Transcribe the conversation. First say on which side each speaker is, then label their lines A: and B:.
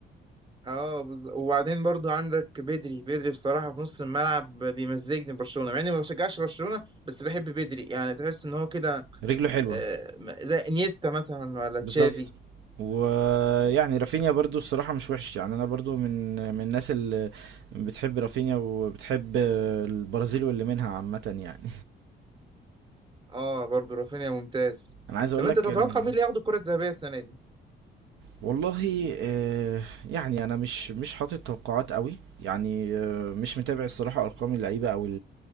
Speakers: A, on the right (about 25°); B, on the right (about 75°).
A: اه بز... وبعدين برضو عندك بدري بدري بصراحة في نص الملعب بيمزجني برشلونة مع اني ما بشجعش برشلونة بس بحب بدري يعني تحس ان هو كده
B: رجله حلوة
A: آه، م- زي انيستا مثلا ولا تشافي
B: بالظبط ويعني رافينيا برضو الصراحة مش وحش يعني أنا برضو من من الناس اللي بتحب رافينيا وبتحب البرازيل واللي منها عامة يعني
A: اه برضو رافينيا ممتاز
B: أنا عايز أقول
A: طب انت
B: لك
A: تتوقع
B: إن
A: مين اللي ياخد الكرة الذهبية السنة دي؟
B: والله آه، يعني انا مش مش حاطط توقعات قوي يعني آه، مش متابع الصراحه ارقام اللعيبه او